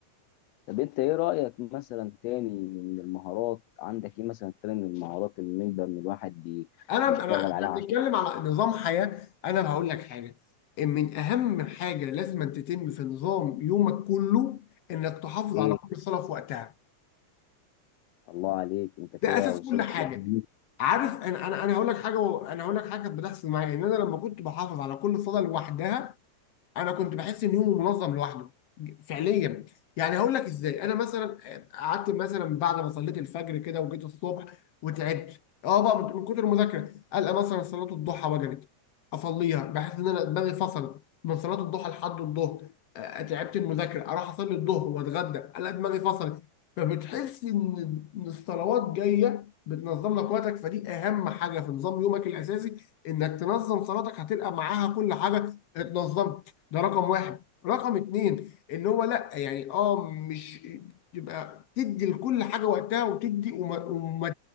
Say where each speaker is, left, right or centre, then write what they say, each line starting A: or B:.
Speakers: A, on the left; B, on the left.
A: طب انت ايه رأيك مثلا تاني من المهارات عندك ايه مثلا تاني من المهارات اللي نقدر ان الواحد ي-
B: انا
A: يشتغل
B: انا احنا
A: عليها
B: بنتكلم
A: عشان
B: على نظام حياه انا هقول لك حاجه إن من اهم حاجه لازم أن تتم في نظام يومك كله انك تحافظ
A: ايه
B: على كل صلاه في وقتها
A: الله عليك انت كده
B: ده اساس
A: وصلت
B: كل حاجه
A: لأهم
B: عارف انا انا انا هقول لك حاجه و- انا هقول لك حاجه كانت بتحصل معايا ان انا لما كنت بحافظ على كل صلاه لوحدها انا كنت بحس ان يومه منظم لوحده ج- فعليا يعني هقول لك ازاي انا مثلا قعدت مثلا بعد ما صليت الفجر كده وجيت الصبح وتعبت اه بقى من من كتر المذاكره القى مثلا صلاه الضحى وجبت اصليها بحس ان انا دماغي فصلت من صلاه الضحى لحد الظهر آه، تعبت المذاكره اروح اصلي الظهر واتغدى الاقي دماغي فصلت فبتحس ان إن الصلوات جايه بتنظم لك وقتك فدي اهم حاجه في نظام يومك الاساسي انك تنظم صلاتك هتلقى معاها كل حاجه اتنظمت ده رقم واحد رقم اتنين ان هو لا يعني اه مش تبقى تدي لكل حاجه وقتها وتدي وما, وما